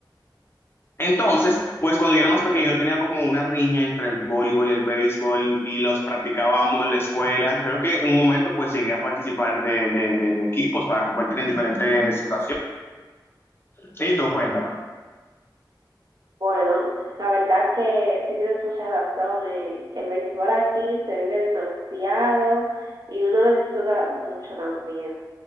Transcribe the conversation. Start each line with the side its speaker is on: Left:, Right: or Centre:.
Left: Entonces, pues cuando yo era más pequeño tenía como una riña entre el voleibol y el béisbol y los practicábamos en la escuela. Creo que en un momento pues llegué a participar de, de, de- de equipos para competir en Ah. diferentes situaciones. Sí, tú cuéntame.
Right: Bueno, la verdad que sí tienes mucha razón. eh, El béisbol aquí se vive demasiado y uno lo disfruta mucho también.